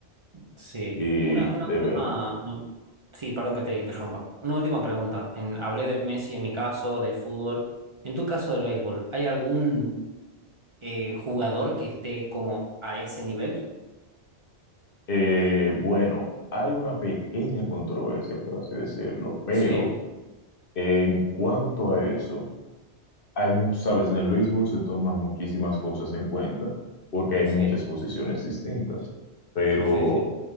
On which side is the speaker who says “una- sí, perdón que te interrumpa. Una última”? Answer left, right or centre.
Right